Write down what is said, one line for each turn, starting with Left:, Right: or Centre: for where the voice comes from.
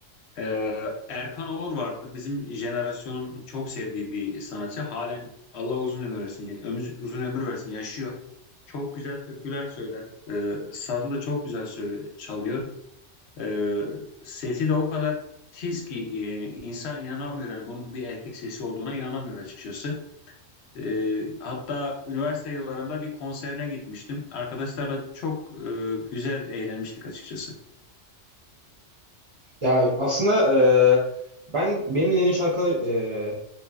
Left: Ee, Erkan Oğur vardı. Bizim jenerasyonun çok sevdiği bir sanatçı. Halen Allah uzun ömür versin, ömür- uzun ömür versin, yaşıyor. Çok güzel türküler söyler. Ee, sazı da çok güzel sö- çalıyor. Ee, sesi de o kadar tiz ki e, insan inanamıyor. Yani bunun bir erkek sesi olduğuna inanamıyor açıkçası. Ee, hatta üniversite yıllarımda bir konserine gitmiştim. Arkadaşlarla çok e, güzel eğlenmiştik açıkçası.
Right: Ya aslında e, ben benim en iyi şarkı e,